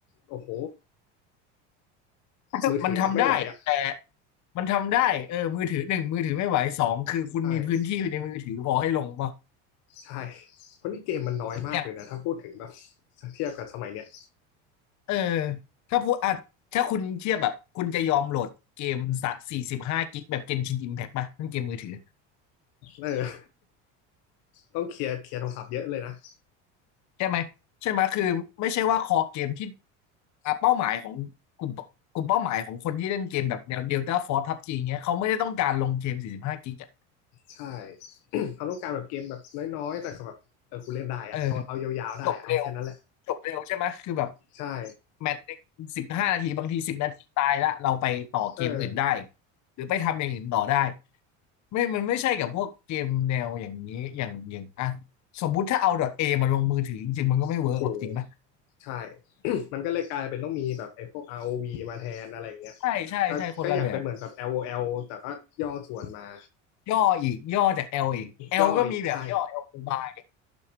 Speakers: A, on the left (about 70°); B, on the left (about 50°).
A: โอ้โห
B: <laughs>
A: มือถือรับไม่ไหวอ่ะ
B: มันทำได้แต่ มันทำได้เออมือถือหนึ่งมือถือไม่ไหวสองคือคุณมีพื้นที่ในมือถือพอให้ลงป่ะ
A: ใช่ใช่เพราะนี่เกมมันน้อยมากเลยนะถ้าพูดถึงแบบ
B: อย่าง
A: เทียบกับสมัยเนี้ย
B: เออถ้าพูดอ่ะถ้าคุณเทียบแบบคุณจะยอมโหลดเกมสักสี่สิบห้ากิกแบบ Genshin Impact ป่ะนั่นเกมมือถือ
A: เออต้องเคลียร์เคลียร์โทรศัพท์เยอะเลยนะ
B: ใช่ไหมใช่ไหมคือไม่ใช่ว่าคอเกมที่อ่ะเป้าหมายของกลุ่มกลุ่มเป้าหมายของคนที่เล่นเกมแบบแนว Delta Force พับจีเงี้ยเขาไม่ได้ต้องการลงเกมสี่สิบห้ากิกอะ
A: ใช่เขาต้องการแบบเกมแบบน้อยๆแต่แบบเออกูเล่นได้อะเอาเอายาวๆได้เอาแค่นั้นแหละ
B: เออ จบเร็วจบเร็วใช่ไหมคือแบบ
A: ใช่
B: แมตช์หนึ่งสิบห้านาทีบางทีสิบนาทีตายละเราไปต่อเกมอื่นได้
A: เออ
B: หรือไปทำอย่างอื่นต่อได้ไม่มันไม่ใช่กับพวกเกมแนวอย่างนี้อย่างอย่างอ่ะสมมุติถ้าเอาดอท A มาลงมือถือจริงๆมันก็ไม่เวิร์กหรอกจริงป่ะ
A: โอ้โหใช่ <coughs> มันก็เลยกลายเป็นต้องมีแบบไอ้พวก ROV มาแทนอะไรอย่างเงี้ย
B: ใช่ใช่ใช่คนละแบบ
A: ก็ก็อย่างเป็นเหมือนแบบ LOL แอลแต่ก็ย่อส่วนมา
B: ย่ออีกย่อจาก L อีก
A: ย่ออีกใช่
B: L ลก็มีแบบย่อ L อลโมบาย